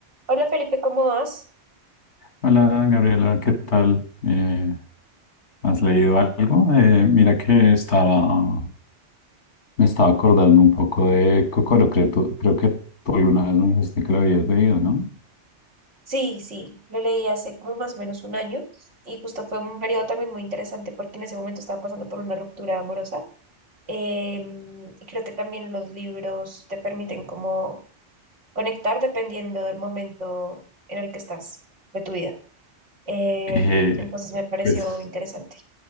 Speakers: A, on the right; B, on the left.
A: Hola Felipe, ¿cómo vas?
B: Hola Gabriela, ¿qué tal? Eh, ¿has leído algo? Eh, mira que estaba, me estaba acordando un poco de Kokoro, creo, tú- creo que tú alguna vez me dijiste que lo habías leído, ¿no?
A: Sí, sí, lo leí hace como más o menos un año y justo fue un periodo también muy interesante porque en ese momento estaba pasando por una ruptura amorosa. Em, y creo que también los libros te permiten como conectar dependiendo del momento en el que estás de tu vida. Em,
B: Eh,
A: entonces me pareció
B: pues,
A: interesante.